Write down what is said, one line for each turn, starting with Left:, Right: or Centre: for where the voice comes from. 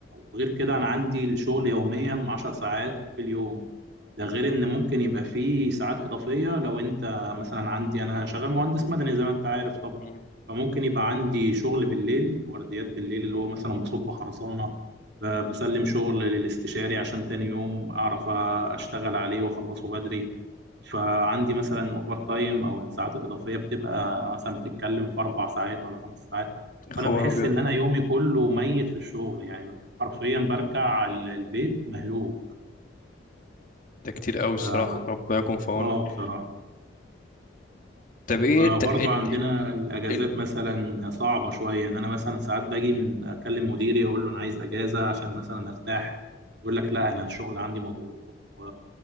Right: وغير كده انا عندي الشغل يوميا 10 ساعات في اليوم ده غير ان ممكن يبقى فيه ساعات اضافيه لو انت مثلا عندي انا شغال مهندس مدني زي ما انت عارف طبعا
Left: مم.
Right: فممكن يبقى عندي شغل بالليل ورديات بالليل اللي هو مثلا بصب خرسانه ب- بسلم شغل للاستشاري عشان تاني يوم اعرف اشتغل عليه واخلصه بدري فعندي مثلا اوفر تايم او الساعات الاضافيه بتبقى مثلا بتتكلم في اربع ساعات ولا خمس ساعات
Left: يا خبر
Right: فانا بحس
Left: أبيض
Right: ان انا يومي كله ميت في الشغل يعني حرفيا برجع ال- البيت مهلوك
Left: ده كتير قوي الصراحة
Right: فال-
Left: ربنا يكون في عونك
Right: اه بصراحة
Left: طب إيه
Right: آه،
Left: أنت
Right: برضو
Left: أنت
Right: عندنا الأجازات
Left: إن-
Right: مثلا صعبة شوية إن أنا مثلا ساعات باجي من أكلم مديري أقول له أنا عايز أجازة عشان مثلا أرتاح يقول لك لا أنا الشغل عندي مضغوط و...